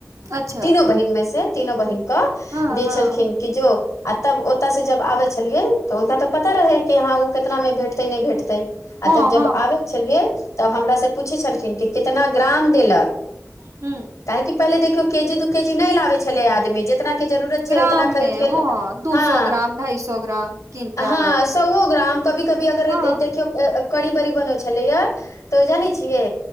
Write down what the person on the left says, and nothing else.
तीनो बहिन मे से। तीनो बहिनक कऽ
दै
छलखिन कि जो आ तब ओतऽ से जब आबे छलियै तऽ हुनका तऽ पता रहै कि हँ ओ के केतना मे भेटतै नै भेटतै आ
तब जब
आबै छलियै तब हमरा से पूछै छलखिन कि कितना ग्राम देलक।
काहेकि पहिले देखियौ केजी दू केजी नै लाबे छलै। आदमी जे जितना के जरूरत छैय
उतना खरीद
के,
हाँ
हाँ
सौओ ग्राम कभी कभी अगर
देखियौ कड़ी बड़ी बनै छलैया। तऽ जानै छियै